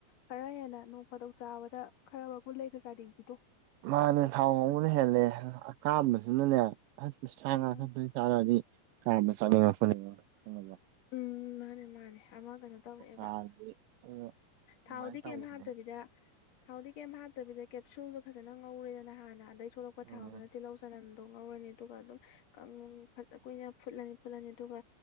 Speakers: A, on the left (about 50°); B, on the right (about 80°).
A: ꯈꯔ ꯍꯦꯟꯅ ꯅꯣꯡ ꯐꯗꯧ ꯆꯥꯕꯗ ꯈꯔ ꯃꯒꯨꯟ ꯂꯩꯅ ꯆꯥꯗꯡꯕꯤꯗꯣ
B: ꯃꯥꯅꯦ ꯊꯥꯎ ꯉꯧꯕꯅ ꯍꯦꯜꯂꯦ ꯑꯀꯥꯝꯕꯁꯤꯅꯅꯦ ꯁꯥ ꯉꯣꯏ
A: ꯎꯝ
B: ꯆꯥꯅꯗꯤ ꯍꯥꯕ ꯆꯥꯅꯤꯡꯉ ꯐꯅꯦ ꯈꯪꯉꯕ꯭ꯔ
A: ꯎꯝ ꯃꯥꯅꯦ ꯃꯥꯅꯦ ꯑꯃ ꯀꯩꯅꯣ ꯇꯧꯔꯛꯑꯦꯕ
B: ꯆꯥꯔꯗꯤ ꯑꯗꯨ ꯑꯗꯨꯃꯥꯏꯅ
A: ꯊꯥꯎꯗꯤ
B: ꯇꯧꯕꯅꯦ
A: ꯀꯩꯝ ꯍꯥꯞꯇꯕꯤ ꯁꯤꯗ ꯊꯥꯎꯗꯤ ꯀꯩꯝ ꯍꯥꯞꯇꯕꯤꯗ ꯀꯦꯞꯁꯨꯜꯗꯣ ꯐꯖꯅ ꯉꯧꯔꯦꯗꯅ ꯍꯥꯟꯅ ꯑꯗꯒꯤ ꯊꯣꯛꯂꯛꯄ
B: ꯎꯝ
A: ꯊꯥꯎꯗꯨꯅ ꯇꯤꯜꯍꯧ ꯆꯅꯝꯗꯣ ꯉꯧꯔꯅꯤ ꯑꯗꯨꯒ ꯑꯗꯨꯝ ꯐꯖ ꯀꯨꯏꯅ ꯐꯨꯠꯂꯅꯤ ꯐꯨꯠꯂꯅꯤ ꯑꯗꯨꯒ